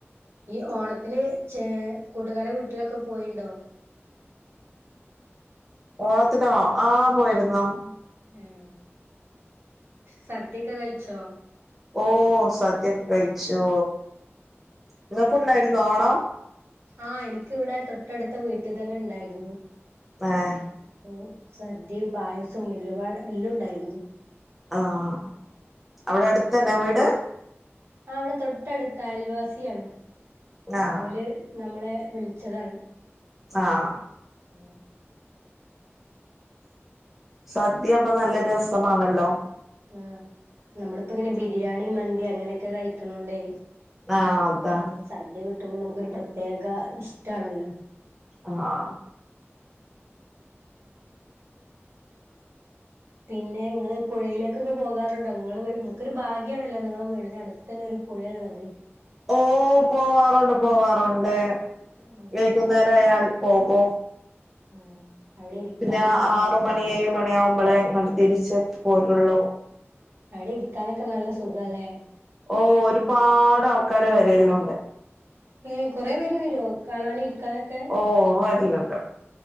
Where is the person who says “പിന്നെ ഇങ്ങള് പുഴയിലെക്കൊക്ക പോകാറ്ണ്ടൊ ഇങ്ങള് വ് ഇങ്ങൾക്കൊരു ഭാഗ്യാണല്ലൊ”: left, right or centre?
Right